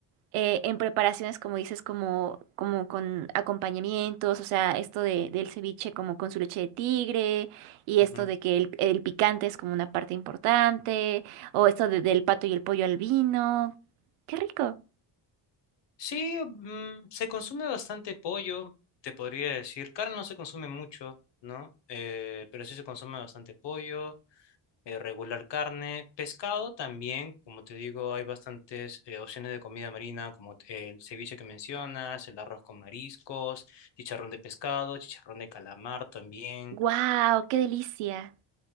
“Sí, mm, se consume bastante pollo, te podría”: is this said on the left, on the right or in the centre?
Left